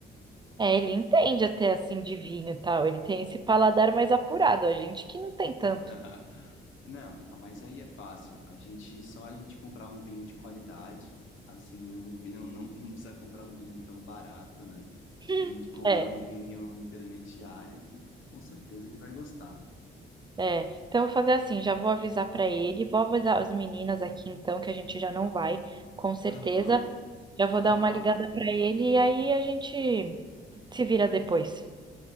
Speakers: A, on the right (about 20°); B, on the left (about 75°).
A: é, ele entende até assim de vinho e tal. Ele tem esse paladar mais apurado, a gente que não tem tanto.
B: <laughs> Não, ah, mas aí é fácil. A gente só a gente comprar um vinho de qualidade, assim, não, vi- não, não, não precisa comprar um vinho tão barato, né?
A: <laughs>
B: A gente compra
A: É,
B: um vinho intermediário que com certeza ele vai gostar.
A: é. Então eu vou fazer assim, já vou avisar pra ele, vou avisar as meninas aqui então que a gente já não vai, com certeza.
B: Aham.
A: Já vou dar
B: Tá.
A: uma ligada pra ele e aí a gente se vira depois.